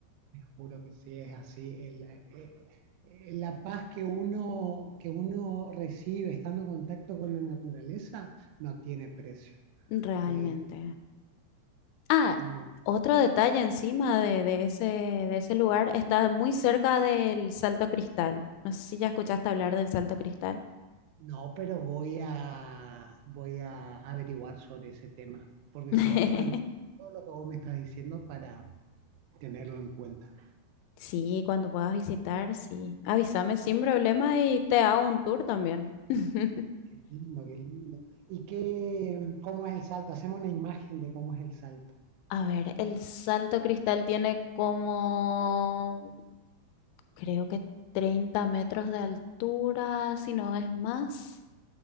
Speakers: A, on the right; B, on the left.
A: Juro que sí, es así. El, eh, eh, eh, la paz que uno, que uno recibe estando en contacto con la naturaleza no tiene precio.
B: Realmente.
A: Eh,
B: Ah,
A: no,
B: otro detalle encima de, de ese, de ese lugar, está muy cerca del Salto Cristal. No sé si ya escuchaste hablar del Salto Cristal.
A: no, pero voy a, voy a averiguar sobre ese tema, porque
B: <laughs>
A: yo anoto todo lo que vos me estás diciendo para tenerlo en cuenta.
B: Sí, cuando puedas visitar, sí. Avísame sin problema y te hago un tour también. <laughs>
A: Qué lindo, qué lindo. ¿Y qué, cómo es el salto? Hacemos una imagen de cómo es el salto.
B: A ver, el Salto Cristal tiene como, creo que 30 metros de altura, si no es más.